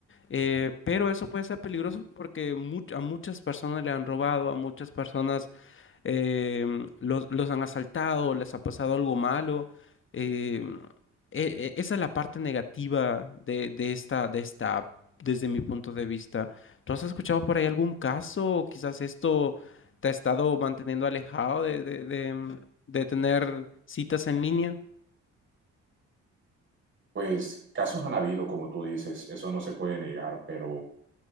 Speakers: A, on the left; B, on the right.
A: eh, pero eso puede ser peligroso porque mu- a muchas personas le han robado, a muchas personas eh, los, los han asaltado, les ha pasado algo malo. eh, e- e- esa es la parte negativa de, de esta, de esta app, desde mi punto de vista. ¿Tú has escuchado por ahí algún caso? o Quizás esto te ha estado manteniendo alejado de, de, de, em, de tener citas en línea.
B: pues casos han habido, como tú dices, eso no se puede negar, pero